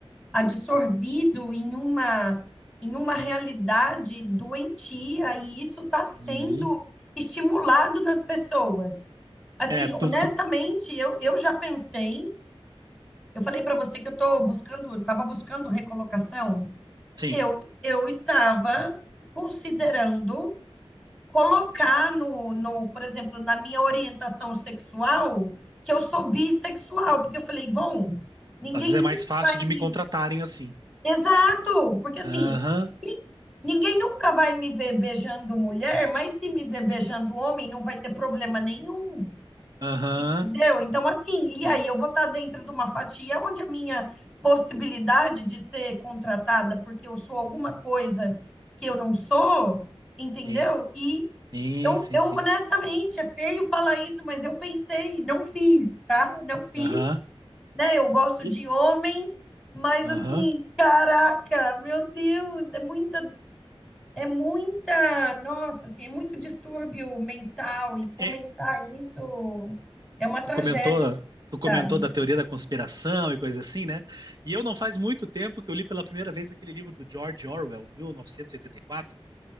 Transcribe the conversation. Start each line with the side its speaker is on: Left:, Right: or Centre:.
Centre: absorvido em uma em uma realidade doentia e isso está sendo
Right: uhum.
Centre: estimulado nas pessoas. Assim,
Right: É, tu,
Centre: honestamente,
Right: tu,
Centre: eu, eu já pensei, eu falei para você que eu estou buscando, estava buscando recolocação.
Right: sim.
Centre: Eu, eu estava considerando colocar no, no, por exemplo, na minha orientação sexual, que eu sou bissexual, porque eu falei, bom, ninguém
Right: Às vezes
Centre: nunca
Right: é mais fácil
Centre: vai
Right: de
Centre: me.
Right: me contratarem assim.
Centre: Exato, porque assim,
Right: Aham,
Centre: ni- ninguém nunca vai me ver beijando mulher, mas se me ver beijando homem, não vai ter problema nenhum,
Right: aham,
Centre: entendeu? Então, assim, e
Right: sim,
Centre: aí eu vou estar dentro de uma fatia onde a minha possibilidade de ser contratada porque eu sou alguma coisa que eu não sou, entendeu?
Right: sim,
Centre: E
Right: sim,
Centre: eu,
Right: sim,
Centre: eu,
Right: sim.
Centre: honestamente, é feio falar isso, mas eu pensei, não fiz, tá? Não fiz,
Right: Aham,
Centre: né? Eu gosto
Right: e-
Centre: de homem, mas
Right: aham.
Centre: assim, caraca, meu Deus, é muita, é muita, nossa, assim, é muito distúrbio mental e fomentar
Right: É,
Centre: isso é uma tragédia,
Right: tu comentou, tu comentou
Centre: na verdade.
Right: da teoria da conspiração e coisa assim, né? E eu não faz muito tempo que eu li pela primeira vez aquele livro do George Orwell, 1984,